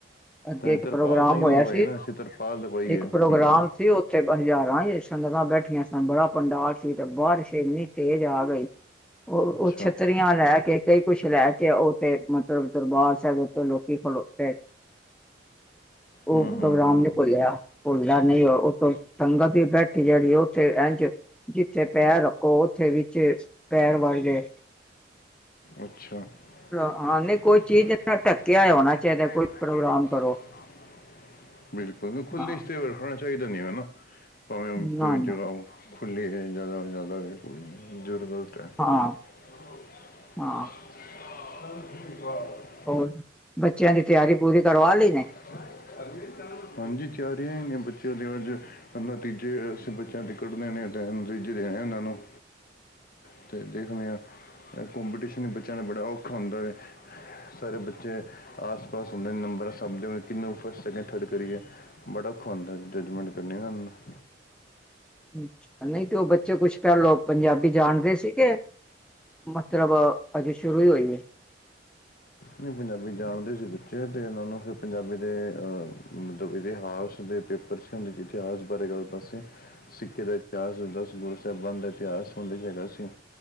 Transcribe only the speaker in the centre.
ਅੱਗੇ
ਇੱਕ
ਪ੍ਰੋਗਰਾਮ
ਹੋਇਆ
ਸੀ
ਇੱਕ ਪ੍ਰੋਗਰਾਮ
ਸੀ ਉੱਥੇ ਹਜ਼ਾਰਾਂ ਸੰਗਤਾਂ ਬੈਠੀਆਂ ਸਨ ਬੜਾ ਪੰਡਾਲ ਸੀ ਤੇ ਬਾਰਿਸ਼ ਇੰਨੀ ਤੇਜ਼ ਆ ਗਈ। ਉਹ
-ਉਹ ਛੱਤਰੀਆਂ ਲੈ ਕੇ ਕਈ ਕੁਛ ਲੈ ਕੇ ਉਹ ਤੇ ਮਤਲਬ ਦਰਬਾਰ ਸਾਹਿਬ ਲੋਕੀ ਖਲੋਤੇ <unintelligible>
ਉਹ ਪ੍ਰੋਗਰਾਮ
ਨੀ ਭੁੱਲਿਆ, ਭੁੱਲਦਾ ਨਹੀ ਉਹ। ਉਥੋਂ ਸੰਗਤ ਦੀ ਬੈਠੀ ਜਿਹੜੀ ਉੱਥੇ ਇੰਜ ਜਿੱਥੇ ਪੈਰ ਰੱਖੋ ਉੱਥੇ ਵੀ ਫਿਰ ਪੈਰ ਵੜ ਗੇ।
ਹਾਂ ਨਹੀਂ ਕੋਈ ਚੀਜ਼ ਨਾ ਢੱਕਿਆ ਹੋਣਾ ਚਾਹੀਦਾ ਕੋਈ ਪ੍ਰੋਗਰਾਮ ਕਰੋ
ਹਾਂ
ਨਾ
ਨਾ
ਹਾਂ ਹਾਂ
ਹੋਰ ਬੱਚਿਆਂ ਦੀ ਤਿਆਰੀ ਪੂਰੀ ਕਰਵਾ ਲਈ ਨੇ।
ਅੱਛਾ, ਨਹੀ ਤੇ ਉਹ ਬੱਚੇ ਕੁਛ ਪਹਿਲਓ ਪੰਜਾਬੀ ਜਾਣਦੇ ਸੀ ਗੇ। ਮਤਲਬ ਅਜੇ ਸ਼ੁਰੂ ਈ ਹੋਈ ਹੈ।